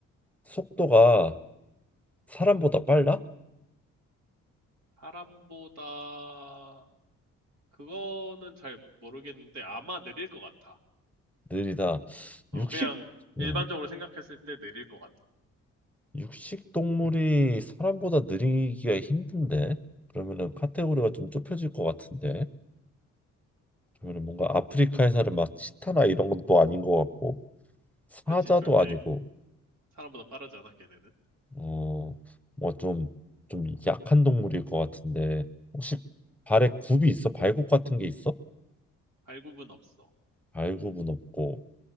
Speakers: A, in the centre; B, on the right.
A: 속도가 사람보다 빨라?
B: 사람보다 그거는 잘 모르겠는데 아마 느릴 것 같아.
A: 느리다.
B: 어
A: 육식
B: 그냥
A: 음,
B: 일반적으로 생각했을 때 느릴 것 같아.
A: 육식 동물이 사람보다 느리기가 힘든데 그러면은 카테고리가 좀 좁혀질 것 같은데 그러면은 뭔가 아프리카에 사는 막 치타나 이런 것도 아닌 것 같고 사자도
B: 그렇지 절대
A: 아니고
B: 사람보다 빠르잖아 걔네는.
A: 어뭐좀 좀 약한 동물일 것 같은데 혹시 발에 굽이 있어? 발굽 같은 게 있어?
B: 발굽은 없어.
A: 발굽은 없고